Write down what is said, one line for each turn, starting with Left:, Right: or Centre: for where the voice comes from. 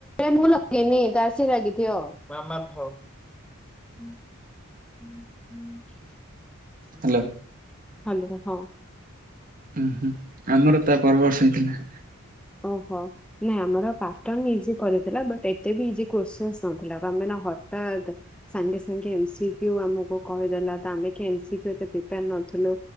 Centre: <unintelligible> ତାସୀ ଲାଗି ଥିବ ମା ମା ମ ଉଁ। <unintelligible>
Right: ହ୍ୟାଲୋ
Centre: ହାଲୋ ହଁ।
Right: ଉଁ ହୁଁ ଆମର ତା ପରବର୍ଷ ହେଇଥିଲା।
Centre: ଓହୋ ନାଇଁ ଆମର ପାଟନ ହେଇଛି। ଯି କରିଥିଲା ବଟ ଏତେ ବି ଇଜି କୋଶ୍ଚିସିଂ ନଥିଲା ଆମେ ନା ହଠାତ୍ ସାଙ୍ଗେ ସାଙ୍ଗେ ଏମସିକ୍ୟୁ ଆମକୁ କହିଦେଲା ତ ଆମେ କି ଏମସିକ୍ୟୁ ଏ ତେ ପ୍ରିପାର ନଥିଲୁ।